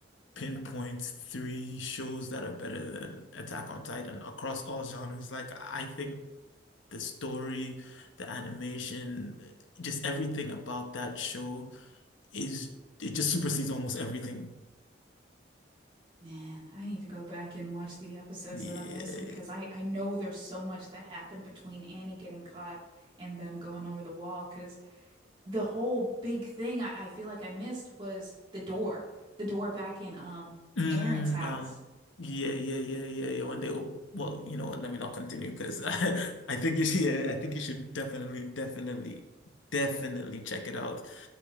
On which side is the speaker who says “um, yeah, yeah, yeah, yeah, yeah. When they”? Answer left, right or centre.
Left